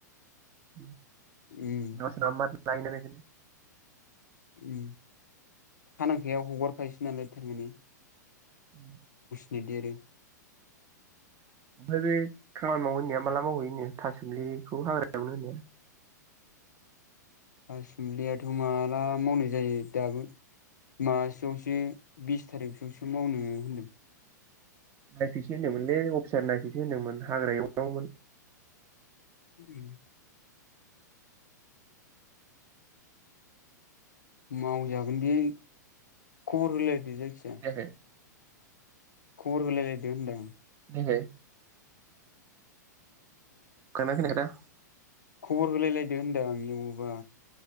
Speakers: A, on the right (about 25°); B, on the left (about 70°).
A: <inaudible> सोरनाबा
B: उम
A: सोरनाबा मा लायनानै <inaudible>
B: ओम खानां खाया हगारखायोसो नालाय थारमाने
A: ओम
B: नो देरो
A: ओमफाय बे खामानि मावनो होननाया माला मावहैयोनो थासुमलिखौ हाग्रा एवनो होननाया?
B: थासुमलियाथ' माला मावनाय जायो दाबो मासेआवसो बिस थारिखसोआवसो मावनो होनदों।
A: नायफैसै होनदोंमोनलै अफिसार नायफैसै होनदोंमोन हाग्रा एवनांगौमोन।
B: फुरी मावजागोन बे खबर होलाय दो जायखिया
A: खोनायाखै
B: खबर होलायलायदो होनदां।
A: खोनायाखै खोना खोनायाखै दा?
B: खबर होलायलायदो होनदां एवोबा।